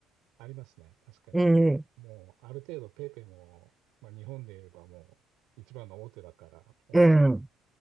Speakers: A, on the right; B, in the centre.
A: ありますね。確かに。
B: うん、
A: もう、ある程度ペイペイも、まあ、日本で言えばもう、一番の大手だから、もう、
B: うん、